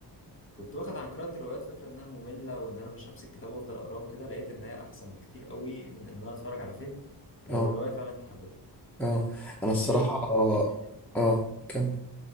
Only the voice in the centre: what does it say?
اه
اه انا الصراحة
اه كمل